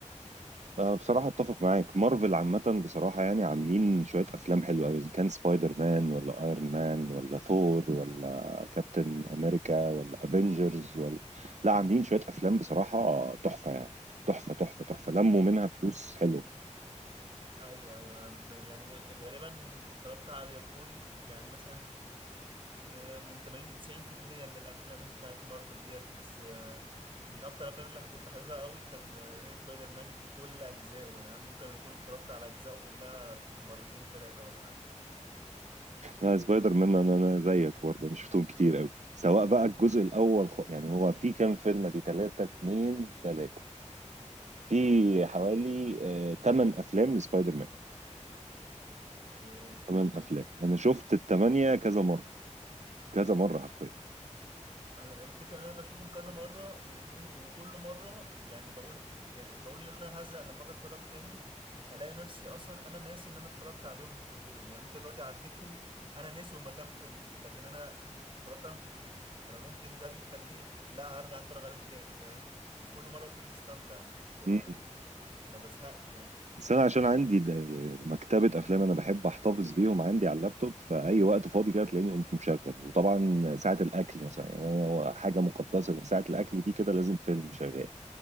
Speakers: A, on the right (about 65°); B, on the right (about 45°).
A: أه بصراحة أتفق معاك مارفل عامة بصراحة يعني عاملين شوية أفلام حلوة أوي إذا كان سبايدر مان ولا أيرون مان ولا ثور ولا كابتن أمريكا ولا أفينجرز ولا لا عاملين شوية أفلام بصراحة تحفة يعني تحفة تحفة تحفة لموا منها فلوس حلوة
B: أيوه أيوه يعني غالبا اتفرجت على كل يعني مثلا آه، من 80 ل 90% من الافلام بتاعت مارفل ديت بس آه، من اكتر الافلام اللي كنت حاببها قوي كان آه، هي سبايدر مان بكل اجزائه يعني أنا ممكن اكون اتفرجت على اجزائه كلها مرتين ثلاثة ولا حاجة
A: أنا سبايدر مان أنا أنا زيك برضه أنا شفتهم كتير أوي سواء بقى الجزء الأول خ... يعني هو في كام فيلم دي تلاتة اتنين تلاتة في حوالي آه، تمن أفلام لسبايدر مان
B: اوكي
A: تمن أفلام أنا شفت التمانية كذا مرة كذا مرة حرفيا
B: انا الفكره ان انا بشوفهم كذا مره ومم... وكل مره يعني بقول يعني بقول ان انا هزهق لما اجي اتفرج تاني الاقي نفسي اصلا انا ناسي ان انا اتفرجت عليهم كلهم يعني انت دلوقتي عديتهم انا ناسي هما كام فيلم لكن انا اتفرجت عليهم كتير فانا ممكن ده بيخليني لا هرجع اتفرج عليهم تاني فاهم وكل مره بكون مستمتع مش
A: مم.
B: ما بزهقش يعني
A: بس أنا عشان عندي د- مكتبة أفلام أنا بحب أحتفظ بيهم عندي على اللابتوب فأي وقت فاضي كده تلاقيني قمت مشغل وطبعا ساعة الأكل مثلا يعني أنا هو حاجة مقدسة من ساعة الأكل دي كده لازم فيلم شغال